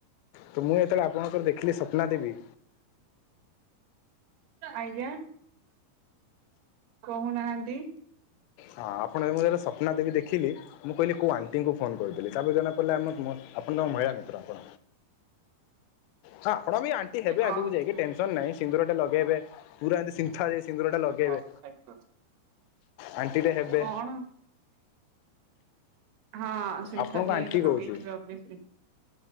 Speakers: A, on the left (about 85°); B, on the right (about 70°).
A: ତୁ ମୁଁ ଯେତେବେଳେ ଆପଣଙ୍କର ଦେଖିଲି ସ୍ୱପ୍ନା ଦେବୀ
B: ଆଜ୍ଞା। କହୁ ନାହାନ୍ତି
A: ହଁ ଆପଣେ ମୁଁ ଯେତେବେଳେ ସ୍ୱପ୍ନା ଦେବୀ ଦେଖିଲି। ମୁଁ କହିଲି କୋଉ ଆଣ୍ଟିଙ୍କୁ ଫୋନ୍ କହିିଥିଲି ତାପରେ ଜଣାପଡ଼ିଲା ଆମ-ମ ଆପଣ ତାଙ୍କ ମହିଳା ମିତ୍ର ଆପଣ। ହଁ ଆପଣ ବି ଆଣ୍ଟି ହେବେ
B: ହଁ
A: ଆଗକୁ ଯାଇକି ଟେନସନ୍ ନାହିଁ। ସିନ୍ଦୁର ଟେ ଲଗେଇବେ ପୁରା ଏମିତି ସିନ୍ତାଳୀ ସିନ୍ଦୁରଟେ ଲଗେଇବେ।
B: <unintelligible>
A: ଆଣ୍ଟିଟେ ହେବେ
B: କଣ ହଁ ସିମ୍ଫାଥି
A: ଆପଣଙ୍କୁ ଆଣ୍ଟି
B: ଏଇନେ
A: କହୁଛି
B: ଲଗେଇ ଥିବ। <unintelligible>